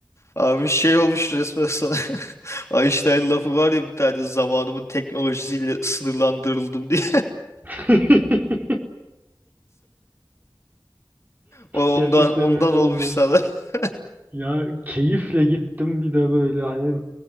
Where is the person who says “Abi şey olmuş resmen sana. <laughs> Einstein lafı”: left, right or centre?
Left